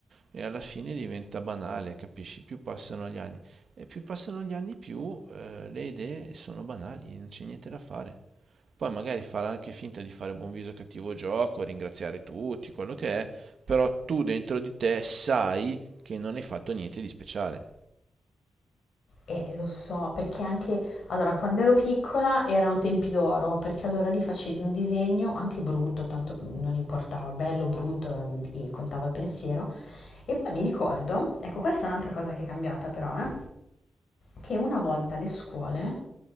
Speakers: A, on the right; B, on the left.
A: e alla fine diventa banale, capisci? Più passano gli anni e più passano gli anni, più eh, le idee sono banali, non c'è niente da fare. Poi magari farà anche finta di fare buon viso cattivo gioco, ringraziare tutti, quello che è, però tu dentro di te sai che non hai fatto niente di speciale.
B: Eh, lo so, perché anche allora quando ero piccola erano tempi d'oro, perché allora lì facevi un disegno, anche brutto, tanto non importava, bello, brutto, eh, contava il pensiero. E poi mi ricordo, ecco, questa è un'altra cosa che è cambiata però, eh che una volta le scuole